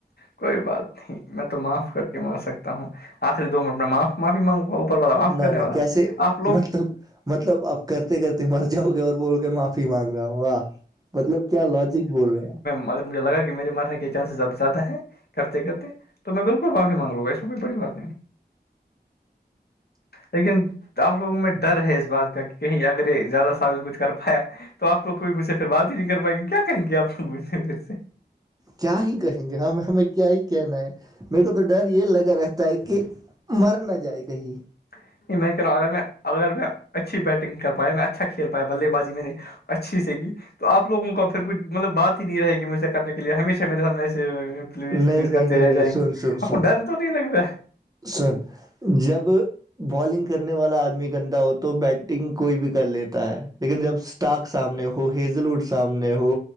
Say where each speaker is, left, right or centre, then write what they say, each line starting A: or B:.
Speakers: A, on the left (about 65°); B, on the right (about 20°).
A: کوئی بات نہیں میں تو معاف کر کے مار سکتا ہوں آخری دو منٹ میں معاف معافی مانگوں گا اوپر والا معاف
B: نہ
A: کرنے
B: نہ
A: والا
B: کیسے
A: ہے آپ لوگ
B: مطلب مطلب آپ کرتے کرتے مر جاؤ گے اور بول گے معافی مانگ رہا ہوں واہ مطلب کیا لاجک بول رہے ہیں آپ
A: مگر مجھے لگا کہ میرے مرنے کے چانسز اب زیادہ ہیں کرتے کرتے تو میں بالکل معافی مانگ لوں گا اس میں کوئی بڑی بات نہیں لیکن آ لوگوں میں ڈر ہے اس بات کا کہ کہیں اگر یہ زیادہ ثابت کچھ کر پایا تو آپوگ کوئی مجھ سے پھر بات ہی نہیں کر پائیں گے کیا کہیں گے آپ لگ مجھ سے پھر سے
B: کیا ہی کہیں گے ہمیں ہمیں کیا ہی کہنا ہے میرے کو تو ڈر یہ لگا رہتا ہے کہ مر نہ جائے کہیں
A: نہیں میں کہ رہا ہوں اگر میں اگر میں اچھی بیٹنگ کر پایا میں اچھا کھیل پایا بلے بازی میں نے اچھی سے گی تو آپ لوگوں کا پھر کچھ مطلب بات ہی نہیں رہے گی مجھ سے کرنے کے لیے ہمیشہ میرے سامنے سے پلیز
B: نہیں
A: پلیز
B: نہیں
A: کرتے
B: نہیں
A: رہ
B: نہیں
A: جائیں
B: سن
A: گے
B: سن
A: آپ
B: سن
A: کو ڈر تو نہیں لگ رہا ہے
B: سن جب بالنگ کرنے والا آدمی گندا ہو تو بیٹنگ کوئی بھی کر لیتا ہے لیکن جب ٹاک سامنے ہو ہیزل ووڈ سامنے ہو